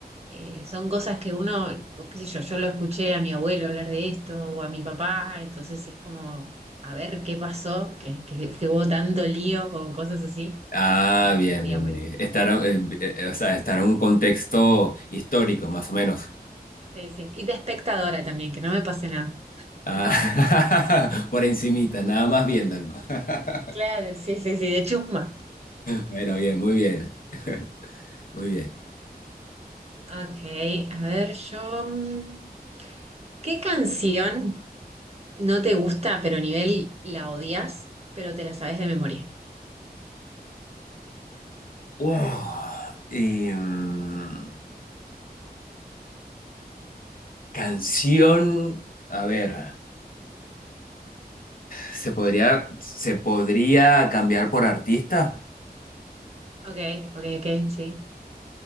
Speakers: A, on the right; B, on the left.
A: eh, son cosas que uno, o qué sé yo, yo lo escuché a mi abuelo hablar de esto o a mi papá, entonces es como a ver qué pasó, que, que, que hubo tanto lío o cosas así,
B: Ah,
A: que
B: bien,
A: estaría
B: bien,
A: bueno.
B: bien. Estar, eh, eh, o sea, estar en un contexto histórico, más o menos.
A: Sí, sí. Y de espectadora también, que no me pase nada.
B: Ah,
A: <laughs>
B: <laughs> por encimita, nada más viéndolo. <laughs>
A: Claro, sí, sí, sí, de chuma.
B: Bueno, bien, muy bien. <laughs> Muy bien.
A: Ok, a ver, yo. mm, ¿Qué canción no te gusta, pero a nivel la odias, pero te la sabes de memoria?
B: Uf, y, mm, canción, a ver, ¿se podría, se podría cambiar por artista?
A: Ok, ok, ok, sí.